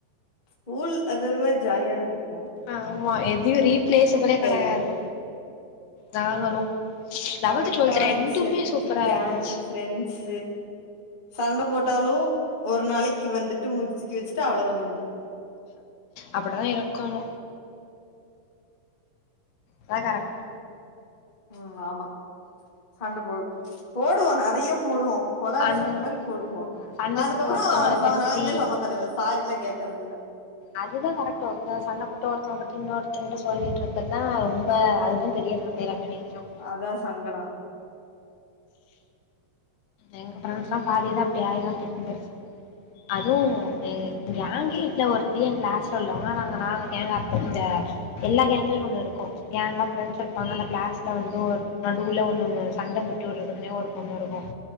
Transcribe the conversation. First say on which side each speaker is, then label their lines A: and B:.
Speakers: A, on the left; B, on the left.
A: ஸ்கூல் அது ஒரு மாரி ஜாலியா தா இருக்கும்
B: ஆமா எதையு ரீப்பிளேஸபுலே கிடையாது
A: பண்ணே
B: நாங்களு லெவல்த்
A: கரெக்டான
B: டுவெல்த் ரெண்டுமே
A: எக் செத்து
B: சூப்பரா
A: கேங்க்
B: இருந்துச்சு
A: ப்ரெண்ட்ஸ் சண்ட போட்டாலு ஒரு நாளைக்கு வந்துட்டு மூஞ்சி தூக்கி வச்சுட்டு அவ்ளோதா முடிஞ்சி
B: அப்டிதா இருக்கணு அதா கரெக்ட்
A: ம் ஆமா சண்ட போடு போடுவோ நறைய போடுவோ கொலாடி
B: அந்த
A: சண்ட மாரி போடுவோ
B: சண்ட
A: அதுக்கப்புற
B: போட்டு ஒருத்தவங்கள பத்தி
A: நாங்களே சமாதானாயிருவோம் சாரிலா கேட்கற தில்ல
B: அதுதா கரெக்டு இந்த சண்ட போட்ட ஒருத்தவ பத்தி இன்னொரு தவங்கிட்ட சொல்லிட்டு இருக்கதா ரொம்ப அதுதா பெரிய சண்டைல போய் நிக்கும்
A: அதா சங்கடம்
B: எங்க ஃப்ரெண்டஸ்லா பாதிதா அப்டி ஆயதா கிட்ட பேச்சாங்க அதுவு ஏ கேங்கே ட்ல ஒருத்தியு என் கிளாஸ்ல உள்ளவங்க நாங்க நாங்க கேங்க இந்த எல்லா கேங்களயு ஒண்ணு இருக்கு கேங்கா ஃபிரண்ட்ஸ் இருப்பாங்க அந்த கிளாஸ்ல வந்து ஒரு நடுவுல ஒண்ணு சண்ட மூட் டு விடுறதுக்குனே ஒரு பொண்ணு இருக்கும்